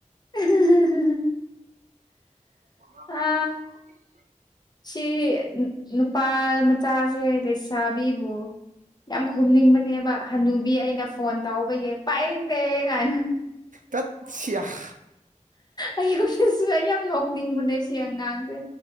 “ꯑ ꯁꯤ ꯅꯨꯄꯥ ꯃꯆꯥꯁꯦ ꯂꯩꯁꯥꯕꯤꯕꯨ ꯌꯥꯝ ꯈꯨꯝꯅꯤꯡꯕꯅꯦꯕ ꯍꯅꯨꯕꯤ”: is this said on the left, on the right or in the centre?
Left